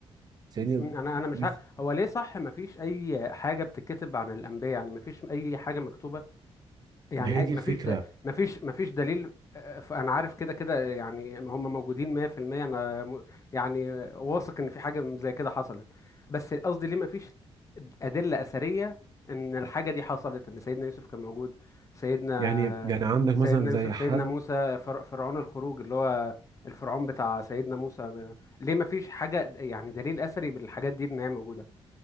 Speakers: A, on the right (about 40°); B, on the left (about 30°).
A: سيدنا
B: م- انا انا مش
A: يوسف
B: ع... هو ليه صح ما فيش اي حاجه بتتكتب عن الانبياء يعني ما فيش اي حاجه مكتوبه يعني
A: ما هي دي
B: أي- مفيش
A: الفكره
B: د- مفيش مفيش دليل آه، ف- انا عارف كده كده يعني هم موجودين 100% انا م- يعني واثق ان في حاجه زي كده حصلت بس قصدي ليه مفيش ادله اثريه ان الحاجه دي حصلت ان سيدنا يوسف كان موجود سيدنا
A: يعني يعني عندك
B: سيدنا
A: مثلا زي
B: يوسف
A: حد
B: سيدنا موسى فر- فرعون الخروج اللي هو الفرعون بتاع سيدنا موسى ما- ليه مفيش حاجه يعني دليل اثري بالحاجات دي ان هي موجوده